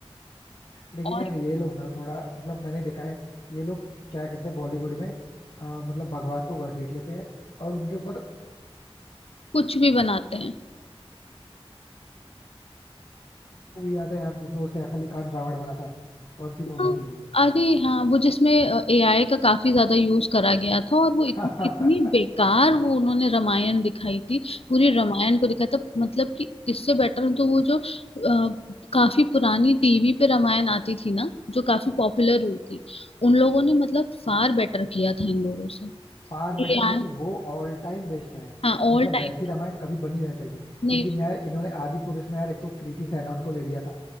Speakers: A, on the left; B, on the left.
A: लेकिन
B: और
A: यार ये लोग ना थोड़ा मतलब मैंने देखा है ये लोग क्या करते हैं बॉलीवुड में अ, मतलब भगवान को घसीट लेते हैं और उनके ऊपर
B: कुछ भी बनाते हैं
A: मूवी याद है यार जिसमें वो सैफ अली खान रावण बना था कौन सी मूवी
B: हाँ,
A: थी वो
B: अरे हाँ वो जिसमें एआई का काफी ज्यादा यूज करा गया था और वो
A: <laughs>
B: इतनी इतनी बेकार वो उन्होंने रामायण दिखाई थी पूरी रामायण को दिखाया था मतलब कि इससे बेटर तो वो जो अ, काफी पुरानी टीवी पे रामायण आती थी ना जो काफी पॉपुलर हुई थी उन लोगों ने मतलब फार बेटर किया था इन लोगों से
A: फार बेटर
B: एआई
A: नहीं वो ऑल टाइम बेस्ट है
B: हाँ ऑल
A: मतलब
B: टाइम
A: वैसी रामायण कभी बनी नहीं पाएगी
B: नहीं
A: लेकिन यार इन्होंने आदि पुरुष में यार एक तो कृति सैनन को ले लिया था